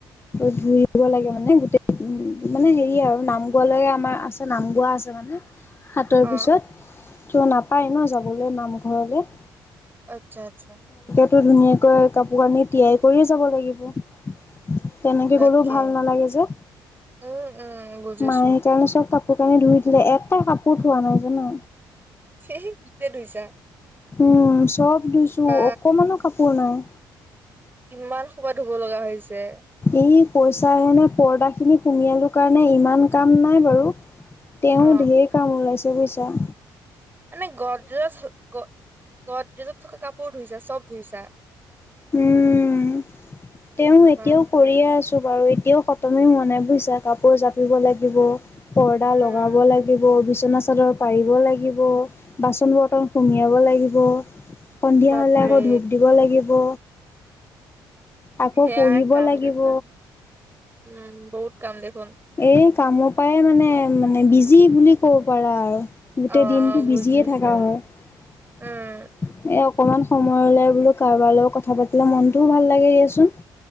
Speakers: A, on the left; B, on the right.
A: ধুৰিব লাগে মানে গোটেই উম মানে হেৰি আৰু নাম গোৱা লৈকে আমাৰ আছে নাম গোৱা আছে। হাতৰ
B: অ
A: পিছত ত নাপায় ন যাবলৈ নামঘৰলে।
B: আচ্ছা আচ্ছা।
A: টো ধুনীয়াকৈ কাপোৰ কানি তিয়াই কৰিয়ে যাব লাগিব। তেনেকে
B: তাকে
A: গলেও ভাল নালাগে, যে
B: উম উম বুজিছো
A: মায়ে কাৰণে চব। কাপোৰ কানি ধুই দিলে এটা কাপোৰ ধোৱা নাই জানা।
B: সেহি গোটেই ধুইছা।
A: উম চব ধুইছো
B: বা
A: অকমানো কাপোৰ নাই।
B: কিমান সোবা ধুব লগা হৈছে।
A: এই পইচা হেনে পৰ্দা খিনি সুমিয়ালো কাৰণে ইমান কাম নাই বাৰু তেওঁৰ
B: অ
A: ঢেৰ কাম ওলাইছে বুজিছা।
B: মানে গডৰেজত গ গডৰেজত থকা কাপোৰ ধুইছা চব ধুইছা।
A: উম। তেওঁ এতিয়াও
B: বাপৰে
A: কৰিয়ে আছো বাৰু। এতিয়াও খতমে হোৱা নাই বুজিছা। কাপোৰ জাপিব লাগিব পৰ্দা
B: উম
A: লগাব লাগিব। বিচনা চাদৰ পাৰিব লাগিব বাচন বৰ্তন সুমিয়াব লাগিব। সন্ধিয়া
B: বাপৰে
A: হলে আকৌ ধূপ দিব লাগিব আকৌ
B: বেয়া
A: পঢ়িব
B: কাম
A: লাগিব।
B: দেচোন উম বহুত কাম দেখোন
A: এই কামৰ পৰাই মানে মানে বিজি বুলি ক'ব পাৰা আৰু গোটেই
B: অ
A: দিনটো
B: বুজিছো
A: বিজিয়ে থকা হয়
B: উম
A: অকণমান সময় লাই বোলো কাৰোবাৰ লগত কথা পাতিলে মনটোও ভাল লাগে দিয়াচোন